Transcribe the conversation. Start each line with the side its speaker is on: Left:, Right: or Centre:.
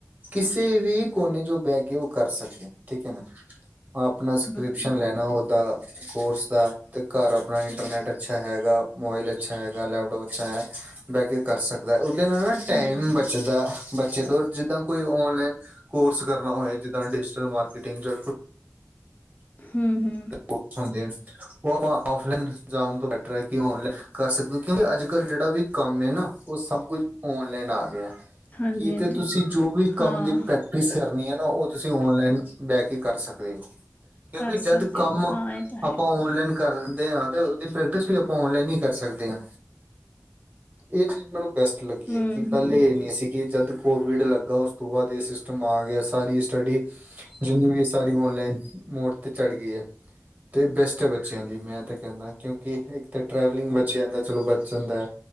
Right: ਕਿਸੇ ਵੀ ਕੋਨੇ ਤੋਂ ਉਹ ਬਹਿ ਕੇ ਉਹ ਕਰ ਸਕਦਾ ਠੀਕ ਏ ਨਾ ਆਪਣਾ ਸਕ੍ਰਿਪਸ਼ਨ
Left: ਹੂੰ
Right: ਲੈਣਾ ਉਹਦਾ ਕੋਰਸ ਦਾ ਤੇ ਘਰ ਆਪਣਾ ਇੰਟਰਨੈਟ ਅੱਛਾ ਹੈਗਾ, ਮੋਬਾਈਲ ਅੱਛਾ ਹੈਗਾ, ਲੈਪਟੋਪ ਅੱਛਾ ਹੈ। ਬਹਿ ਕੇ ਕਰ ਸਕਦਾ ਉਹਦੇ ਨਾਲ ਨਾ ਟਾਈਮ
Left: ਹੂੰ
Right: ਬੱਚਦਾ। ਬੱਚੇ ਤੋਂ ਜਿੱਦਾਂ ਕੋਈ ਓਨਲਾਈਨ ਕੋਰਸ ਕਰਨਾ ਹੋਏ ਜਿੱਦਾਂ ਡਿਜੀਟਲ ਮਾਰਕੀਟਿੰਗ ਜਾਂ
Left: ਹੂੰ-ਹੂੰ।
Right: ਓਥੋ ਦੇ ਉਹ ਆਪਾਂ ਔ ਫਲਾਈਨ ਜਾਣ ਤੋਂ ਬੈਟਰ ਹੈ ਕਿ ਆਨਲਾਈਨ ਕਰ ਸਕਦੇ ਹੋ ਕਿਉਂਕਿ ਅੱਜ-ਕੱਲ੍ਹ ਜਿਹੜਾ ਵੀ ਕੰਮ ਏ ਨਾ ਉਹ ਸਭ ਕੁਝ ਔਨਲਾਈਨ ਆ ਗਿਆ!
Left: ਹਾਂਜੀ
Right: ਕੀ
Left: ਹਾਂਜੀ
Right: ਤੇ ਤੁਸੀਂ ਜੋ ਵੀ ਕੰਮ
Left: ਹਾਂ
Right: ਦੀ ਪ੍ਰੈਕਟਿਸ ਕਰਨੀ ਹੈ ਨਾ ਉਹ ਤੁਸੀਂ ਓਨਲਾਈਨ ਬਹਿ ਕੇ ਕਰ ਸਕਦੇ। ਕਿਉਂਕਿ
Left: ਕਰ
Right: ਜਦ
Left: ਸਕਦੇ
Right: ਕੰਮ
Left: ਹੋ ਹਾਂ ਇਹ ਤਾਂ ਹੈ
Right: ਆਪਾ ਓਨਲਾਈਨ ਕਰਨ ਡਯੇ ਆ ਤੇ ਉਹਦੀ ਪ੍ਰੈਕਟਿਸ ਵੀ ਆਪਾਂ ਓਨਲਾਈਨ ਹੀ ਕਰ ਸਕਦੇ ਹਾਂ, ਇਹ ਚੀਜ਼ ਮੈਨੂੰ ਬੈਸਟ ਲੱਗੀ
Left: ਹੂੰ
Right: ਐ ਕਿ ਪਹਿਲੇ
Left: ਹੂੰ
Right: ਏ ਨੀ ਸੀ। ਕਿ ਜਦ ਕੋਵਿਡ ਲੱਗਾ ਉਸ ਤੋਂ ਬਾਅਦ ਇਹ ਸਿਸਟਮ ਆ ਗਿਆ, ਸਾਰੀ ਸਟੱਡੀ ਜਿੰਨੀ ਵੀ ਅਸੀ ਸਾਰੀ ਔਨਲਾਈਨ ਮੋੜ ਤੇ ਚੜ ਗਈ ਏ। ਤੇ ਬੈਸਟ ਐ ਬੱਚਿਆਂ ਲਈ, ਮੈਂ ਤਾਂ ਕਹਿੰਦਾ ਕਿਉਂਕਿ ਇੱਕ ਤਾਂ ਟਰੈਵਲਿੰਗ ਬੱਚਿਆਂ ਜਾਂ ਦਾ ਚਲੋ ਬਚ ਜਾਂਦਾ।